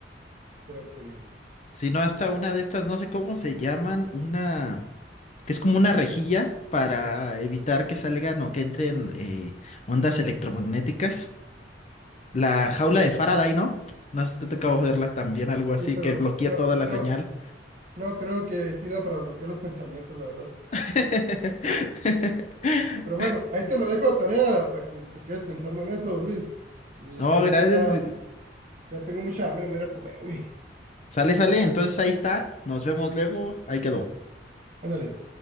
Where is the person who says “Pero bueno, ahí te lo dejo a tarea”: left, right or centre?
Right